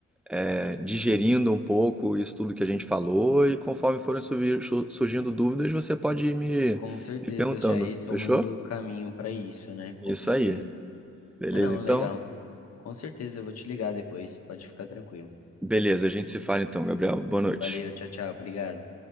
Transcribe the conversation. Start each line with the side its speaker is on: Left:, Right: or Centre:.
Centre: é, digerindo um pouco isso tudo que a gente falou e conforme forem surgir- su- surgindo dúvidas, você pode ir me,
Left: Com certeza,
Centre: me perguntando,
Left: já ir tomando
Centre: fechou?
Left: o caminho para isso, né? Com
Centre: Isso
Left: certeza.
Centre: aí. Beleza,
Left: Ah, não,
Centre: então?
Left: legal. Com certeza, eu vou te ligar depois, pode ficar tranquilo.
Centre: Beleza, a gente se fala então, Gabriel. Boa noite.
Left: Valeu, tchau, tchau, obrigado.